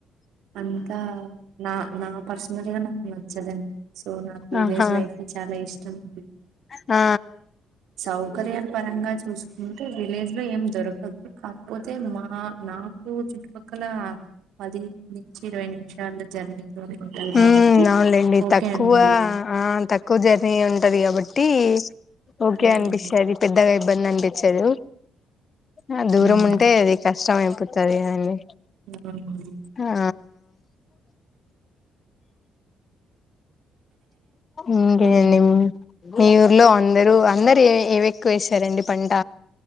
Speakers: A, on the right; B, on the left.
A: అంతా నా నా పర్సనల్ గా నాకు నచ్చదండి, సో నాకు విలేజ్
B: ఆహా
A: లైఫ్ చాలా ఇష్టం అండి.
B: ఆ
A: సౌకర్యపరంగా చూసుకుంటే విలేజ్ లో ఏం దొరకదు, కాకపోతే మా నాకు చుట్టుపక్కల పది నుంచి ఇరవై నిమిషాలు జర్నీలోనే ఉంటారు
B: ఉమ్
A: కాబట్టి,
B: అవునులేండి
A: ఓకే
B: తక్కువ
A: అండి.
B: ఆ తక్కువ జర్నీ ఉంటది కాబట్టి. ఓకే
A: అవునండి
B: అనిపిస్తది పెద్దగా ఇబ్బంది అనిపిచదు. ఆ దూరం
A: ఉమ్,
B: ఉంటే అది కష్టం అయిపోతది కద అండి.
A: అవునండి
B: ఆ ఇంకేంది
A: ఉమ్,
B: నిమ్ మీ ఊర్లో అందరు అందరు ఏ ఇవే రండి పంట